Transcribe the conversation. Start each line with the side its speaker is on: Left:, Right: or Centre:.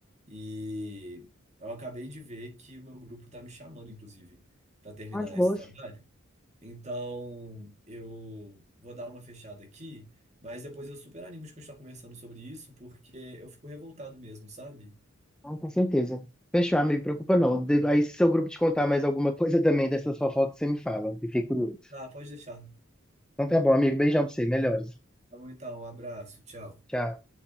Right: e eu acabei de ver que o meu grupo está me chamando, inclusive, para terminar
Centre: tá de boas.
Right: esse trabalho. Então, eu vou dar uma fechada aqui, mas depois eu super animo de continuar conversando sobre isso, porque eu fico revoltado mesmo, sabe?
Centre: Hum, com certeza. Fechou, ah, me preocupa não. De- Aí se seu grupo te contar mais alguma coisa também dessas fofocas, você me fala. Fiquei curioso.
Right: Ah, pode deixar.
Centre: Então tá bom, amigo. Beijão pra você. Melhoras.
Right: Tá bom, então, um abraço, tchau.
Centre: Tchau.